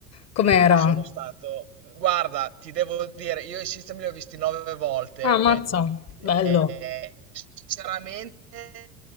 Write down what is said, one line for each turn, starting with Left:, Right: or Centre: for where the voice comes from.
Left: Com'era?
Right: sono stato... Guarda, ti devo dire, io i System li ho visti nove volte.
Left: Ah, mazza, bello.
Right: Eh, sinceramente,